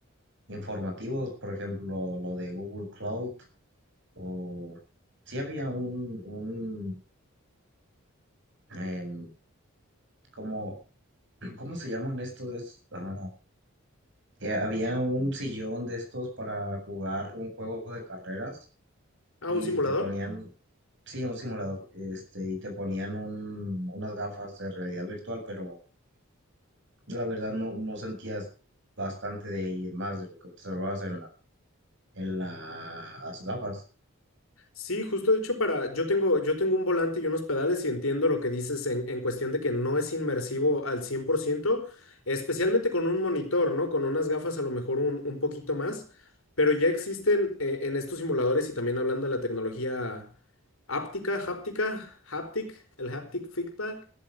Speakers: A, on the right; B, on the left.
A: informativos, por ejemplo, lo de Google Cloud, o sí había un, un em, como, <clears throat> ¿cómo se llaman estos? Es, ah, que había un sillón de estos para jugar un juego de carreras
B: Ah,
A: y
B: un simulador.
A: te ponían, sí, un simulador, este, y te ponían un- unas gafas de realidad virtual, pero la verdad no, no sentías bastante de ahí, más de lo que observabas en la en las gafas.
B: Sí, justo de hecho para, yo tengo, yo tengo un volante y unos pedales y entiendo lo que dices en, en cuestión de que no es inmersivo al 100%, especialmente con un monitor, ¿no? Con unas gafas a lo mejor un, un poquito más, pero ya existen eh, en estos simuladores y también hablando de la tecnología áptica, háptica, haptic, el haptic feedback,